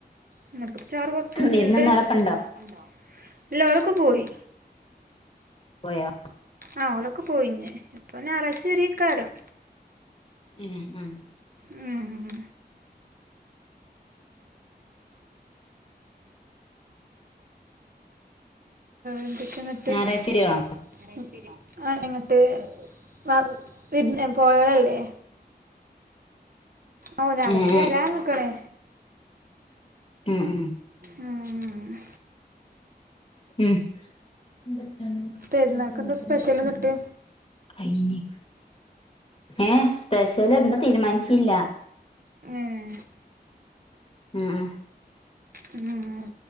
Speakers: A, on the right; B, on the left.
A: <unintelligible> കുട്ച്ചാറ് കൊറച്ച്
B: വിരുന്ന്
A: ഇണ്ട്
B: ഇന്നാലൊക്കെ
A: ഇന്നു നിനക്ക് ഉണ്ടോ ഇല്ലാഒരൊക്കെ പോയി
B: പോയാ
A: ആഹ് ഓളൊക്കെ പോയിഞ് ഇപ്പൊഞായറാഴ്ച വരെക്കാരം
B: ആഹ് ആഹ്
A: ഉം ഉം എന്തൊക്കെ എങ്ങട്ട്
B: ഞായറാഴ്ച വരുവോ
A: ഞാറച്ച വര്നൊ ആഹ് എങ്ങട്ട് വാവ് വിരിന്നെ പോയതല്ലേ ഓഹ് ഞാറച്ച
B: ഉം ഉം
A: വരാൻ നോക്കണേ
B: ഉം ഉം
A: ഉം ഉം
B: ഉം <unintelligible>
A: പെരുന്നാൾക്ക് എന്താ സ്പെഷ്യൽ എന്നിട്ട്
B: ഹായ്മ്മി ഏഹ് സ്പെഷ്യൽ എന്താ തീരുമാനിച്ചില്ല
A: ഏഹ്
B: ഉം ഉം
A: ഉം ഉം